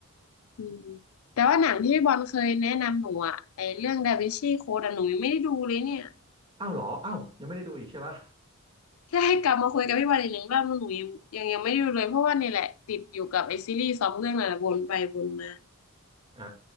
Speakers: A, on the left; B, on the right.
A: อืมแต่ว่าหนังที่พี่บอลเคยแนะนำหนูอ่ะไอเรื่องดาวินชีโค้ดอ่ะหนูยังไม่ได้ดูเลยเนี่ย
B: อ้าวเหรออ้าวยังไม่ได้ดูอีกใช่ปะ
A: แค่ให้กลับมาคุยกับพี่บอลอีกหนึ่งรอบหนูยังยังยังไม่ได้ดูเลยเพราะว่านี่แหละติดอยู่กับไอซีรีส์สองเรื่องนั่นแหละวนไปวนมา
B: อ่า